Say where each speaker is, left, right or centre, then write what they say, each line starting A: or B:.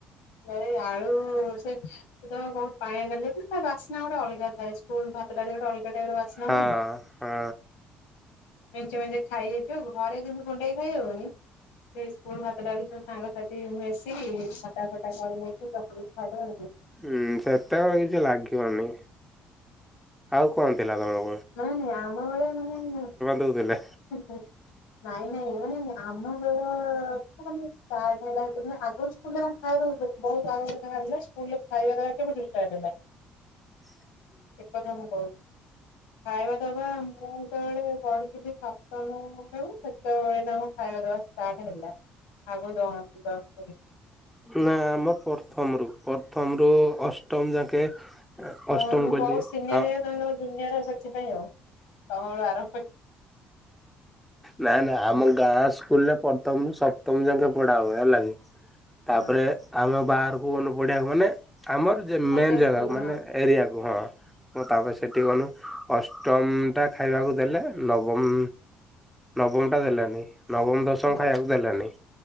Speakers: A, on the left (about 85°); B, in the centre.
A: ସେଇ ଆଳୁ, ସେ ତ ବହୁତ ପାଣିଆ ଦେଲେ ବି ତା ବାସ୍ନା ଗୋଟେ ଅଲଗା ଥାଏ ସ୍କୁଲ ଭାତ ଡାଲି ଗୋଟେ ଅଲଗାଟାଇପ୍ ର ବାସ୍ନା
B: ହଁ
A: ହୁଏନି।
B: ହଁ
A: ମେଞ୍ଚେ ମେଞ୍ଚେ ଖାଇହେଇଯିବ ଘରେ କିନ୍ତୁ ଗୁନଡେ ଖାଇହବନି ସେ ସ୍କୁଲ ଭାତ ଡାଲି କୁ ସାଙ୍ଗ ସାଥି ସେ ମିଶିକି ଖଟା ଫଟା କରି ନେଇକି ତାକୁ ଛଡଉ।
B: ହୁଁ ସେତେବେଳେ କିଛି ଲାଗିବନି। ଆଉ କଣ ଥିଲା ତମର?
A: ନାଇଁ ନାଇଁ ଆମ ବେଳେ ମାନେ ହୁଁ
B: ଦଉଥିଲେ
A: ହୁଁ ନାଇଁ ନାଇଁ ମ ନାଇ ଆମ ବେଳକୁ ମାନେ ଷ୍ଟାର୍ଟ ହେଲା ଏତେ ଦିନ ଆଗରୁ ସ୍କୁଲ ରେ ଙ୍କ ଖାଇବା ଦଉଥିଲା ବହୁତ ଆଗ <unintelligible> ବାଜିଲା ସ୍କୁଲ ରେ ଖାଇବା ଦେବା କେବେଠୁ ଷ୍ଟାଟ ହେଲା।
B: ସୁ।
A: ସେ କଥା ମୁଁ କହୁଛି। ଖାଇବା ଦବା ମୁଁ ଯେତେବେଳେ ପଢୁଥିଲି ସପ୍ତମ ରୁ ସେତେବେଳେ ନା ମୁଁ ଖାଇବା ଦବା ଷ୍ଟାର୍ଟ ହେଲା ଆଗରୁ ଦଉନଥିଲେ ଦଶ
B: ନା ଆମ ପ୍ରଥମରୁ ପ୍ରଥମରୁୁ ଅଷ୍ଟମ ଯାକେ। ଅଷ୍ଟମ
A: ତ ମୁଁ
B: କହିଲି
A: ବହୁତ ସିନିୟର
B: ଆ
A: ହେଇଯାଉଛି ତମେ ସବୁ ଜୁନିୟର ସେଥିପାଇଁ ଆଉ ତମ ବେଳୁ ଆରମ୍ଭ।
B: ନା
A: ସେଥିପାଇଁ
B: ନା ଆମ ଗାଁ ସ୍କୁଲରେ ପ ଥମରୁ ସପ୍ତମ ଯାକେ ପଢା ହୁଏ ହେଲାକି ତାପରେ
A: ହଁ
B: ଆମେ। ବାହାରକୁ ଗଲୁ ପଢିବାକୁ ମାନେ ଆମର ଯେ
A: ଅଲଗା
B: ମେନ୍ ଜାଗାକୁ
A: ସ୍କୁଲ
B: ମାନେ
A: ହଁ
B: ଏରିଆକୁ ହଁ। ମୁଁ ତାପରେ ସେଠି ଗନୁ ଅଷ୍ଟମ ଟା ଖାଇବାକୁ ଦେଲେ ନବମ। ନବମ ଟା ଦେଲେନି ନବମ ଦଶମ
A: ହଁ
B: ଖାଇବାକୁ ଦେଲେନି।